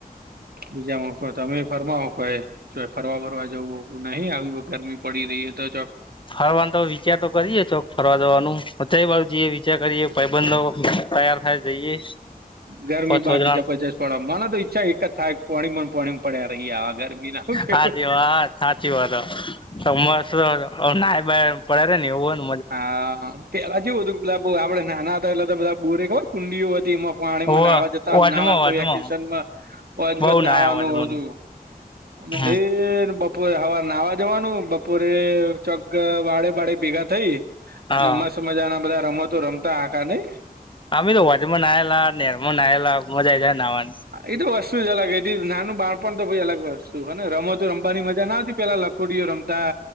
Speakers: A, on the right (about 80°); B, on the left (about 30°).
A: બીજા મકો તમે ફરમાવું કો હે. જો ફરવા વરવા જવું હો નહી આવી ગરમી પડી રહી હ તો ચ્યોક.
B: ફરવાનું તો વિચાર તો કરીએ ચોક ફરવા જવાનું તય વાળુ જઈએ વિચાર કરીએ ભાઈબંધો તયાર હાર જઈએ.
A: ગરમી
B: પાંચ છ
A: બાકી
B: જણા
A: જબરજસ્ત પણ માને તો ઈચ્છા એક જ થાય પાણી મ ન પાણી મ પડ્યા રહીય આવ ગરમી ના હુ કેવુ.
B: હાચી વાત હાચી વાત હ સમસ ના બા પડે રે ન એવું હો.
A: હા પહેલા જેવું હતું બ આપડે નાના હતા એટલા બધા બોરે કેવાય કુંડીઓ હતી એમાં, પાણીમાં
B: આવે
A: નાહવા જતા
B: હોવે
A: ઉનાળામાં
B: વજમો
A: તો
B: વજમો
A: વેકેશન માં હોજ
B: બઉ
A: માં જ નાહવાનું
B: નાયા વજમો
A: હતું. અને
B: હમ
A: લે બપ બપોરે હવારે નાહવા જવાનું બપોરે ચોક વાડે ભાડે ભેગા થઈ,
B: હા
A: અને મસ્ત મજાના બધા રમતો રમતા આખા નઈ.
B: અમે તો હોજ માં નહાયેલા, નેહર મા નાહેલા મોજ આઇ જાય નાહવાની.
A: એ તો વસ્તુ જ અલગ હતી નાનુ બાણ પણ તો અલગ વસ્તુ હને રમતો રમવાની મજા ના આવતી પહેલા લખોટીઓ રમતા